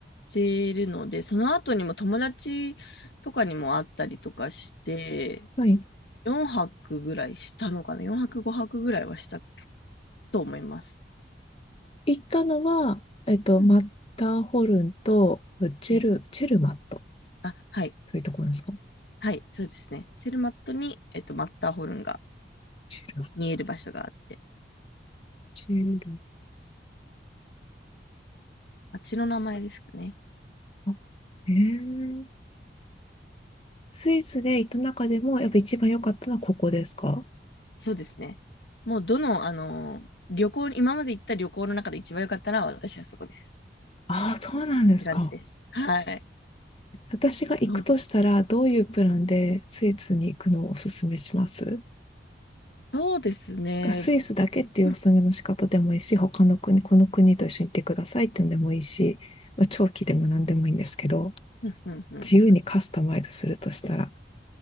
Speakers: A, on the left; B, on the left.
A: ているので、その後にも友達とかにも会ったりとかして、
B: はい。
A: 4泊ぐらいしたのかな ?4 泊5泊ぐらいはしたと思います。
B: 行ったのは、えっと、
A: うん。
B: マッターホルンとチェル、
A: はい。
B: チェルマット
A: あ、はい。
B: そういうところですか。
A: はい。そうですね。ツェルマットに、えっと、マッターホルンが
B: シルバ、
A: 見える場所があって、
B: シル
A: あっちの名前ですかね。
B: バ。えー、スイスで行った中でも、やっぱ一番良かったのはここですか
A: そうですね。もうどの、あの旅行、今まで行った旅行の中で一番良かったのは私はそこです。
B: ああー、そうなんですか。
A: って感じです。はい。
B: 私が行くとしたら、
A: そうです。
B: どういうプランでスイスに行くのをおすすめします
A: そうですね。
B: スイスだけっていうおすすめの仕方でもいいし、
A: うん
B: 他の国、この国と一緒に行ってくださいっていうのでもいいし、まあ、長期でも何でもいいんですけど、
A: うんうんうん
B: 自由にカスタマイズするとしたら。